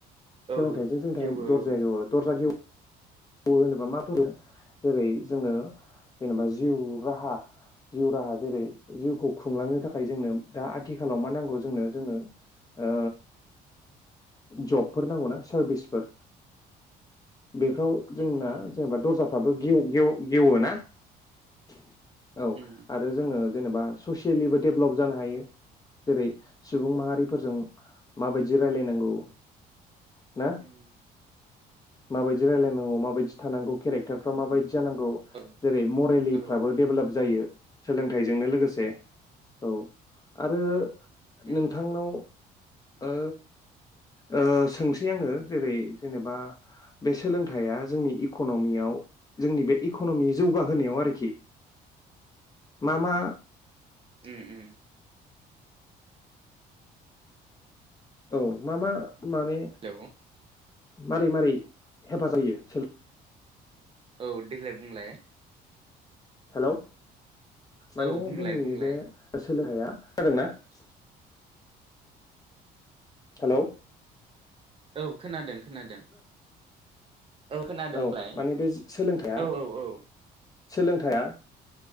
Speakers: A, on the right (about 35°); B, on the left (about 20°).
A: औ
B: सोलोंथाइजों जोंनि
A: जेबो
B: थाखाय दरजाया
A: औ,
B: गेवो दरजा गेव होनोबा <unintelligible> जेरै जोङो जेनेबा जिउ राहा जिउ राहा जेरै जिउखौ खुंलांनो थाखाय जोंनो दा आथिखालाव मा नांगौ जोंनो जोंनो ओ जबफोर नांगौना सारभिसफोर बेफोराव जोंना
A: उ उ,
B: जेनेबा दर्जाफ्राबो <unintelligible> गेव-गेवो ना। <inaudible> औ
A: उ
B: आरो जोङो जेनेबा ससियेलिबो डेभलप जानो हायो जेरै सुबुं माहारिफोरजों माबायदि रायलायनांगौ ना
A: उम‌‌।
B: माबायदि रायलायनांगौ? माबायदि थानांगौ केरेक्टारफ्रा माबायदि जानांगौ
A: औ,
B: जेरै मरेलिफ्राबो
A: औ,
B: डेभेलप जायो। सोलोंथाइजोंनो लोगोसे औ आरो
A: उ,
B: नोंथांनाव ओ ओ सोंसै आङो जेरै जेनेबा बे सोलोंथाइया जोंनि इकनमियाव जोंनि बे इक'नमि जौगाहोनायाव आरोखि मा मा?
A: उम उम उम।
B: औ मा मा माने
A: हेलौ
B: मारै मारै हेफाजाब होयो।
A: औ देग्लाय बुंलाय
B: हेलौ। माने
A: औ बुंलाय
B: जोंनि
A: बुंलाय
B: बे <unintelligible> हेलौ।
A: औ खोनादों। खोनादों। खोनादों
B: औ
A: बुंलाय
B: माने बे सोलोंथाइआ।
A: औ, औ,
B: सोलोंथाइआ।